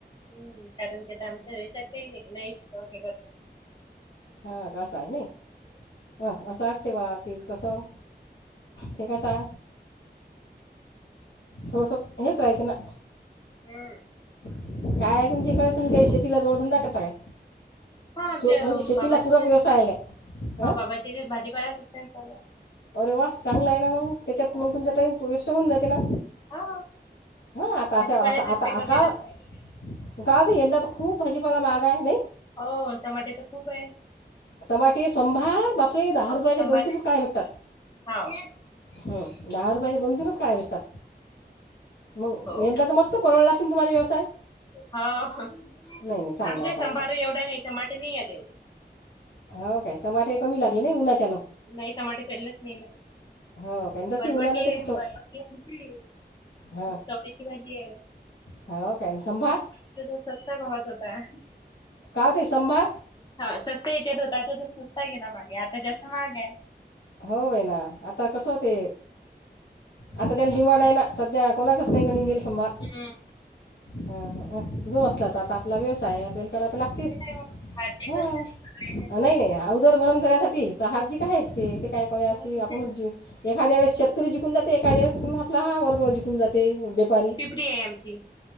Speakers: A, on the left; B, on the left.
A: हम्म कारण का आमच्या याच्यात काही नाही नाहीच हे करतात.
B: हां का असंय नाई अ असं वाटते बा की कसं ते काय आता थोडस हेच राहते ना.
A: हम्म.
B: काय हाय तुमच्याहीकड तुम्ही काय शेतीला जोडधंदा करता काय?
A: हा आमच्या
B: म्हणजे शेतीला
A: बाबाचे
B: पूरक
A: जे
B: व्यवसाय आहे काय?
A: हो
B: हां
A: बाबाची भाजीपारत असते ना चालू.
B: अरे वा चांगला आहे ना मग त्याच्यात
A: भाजीपाल्याचे
B: मग तुमचा टाइम वेस्ट होऊन जाते ना?
A: हा.
B: हा आता
A: भाजीपाल्याचीच
B: आस असं आता
A: पिकं
B: आता
A: घेत
B: आता
A: असतात.
B: काय होत यंदा तर खूप भाजीपाला माहाग हाय नाई?
A: हो तमाटे तर खूप हाय.
B: टमाटे शंभार बापरे दहा रुपयाच्या
A: संभार
B: दोन तीनच काय भेटतात.
A: हाव.
B: हम् दहा रुपयाचे दोन तीनच काड्या भेटतात. मग
A: हो.
B: यंदा तर मस्त परवळला असन तुम्हाला व्यवसाय?
A: हा आमचा
B: नाही नाही चांगला आहे चांगला
A: सभाड
B: आहे
A: एवढा नाय तबाटे नाही येत एवढे.
B: हो काय टमाटे कमी लागले नाई उनाच्या हेन.
A: नाही टमाटे पेरलच नाही ना.
B: हो काय आणि तशी
A: बरबटीया
B: उन्हानं ते तो
A: बरबटीची
B: हां
A: चवळीची भाजी आहे.
B: हो काय आणि संभार
A: <inaudible> सस्त्या भावात होता.
B: काते संभा
A: हा सस्त्या या्याच्यात होत आ सस्ता गेला मागे आता जास्त महाग आहे.
B: हो बई ना आता कसं होते. आता त्याला डिमांड आहे ना. सध्या कोणाच नाही ना निघेल समभार.
A: हम्.
B: ह हा अ जो असला तर आता आपला व्यवसाय आपल्याला करा तर लागतेस.
A: ते काय मग भाजी
B: हो
A: कसली सगळ्याच्या
B: नाही नाही ह उदरभरण कराण्यासाठी तर हारजी काय आहे ते काय कोणाशी
A: मग.
B: आपण एखाद्या वेळेस शेतकरी जिंकून जाते जाते एखा्या वेळे आपला हा वर्ग चिकून जाते वेपारी
A: पिपडी आहे आमची.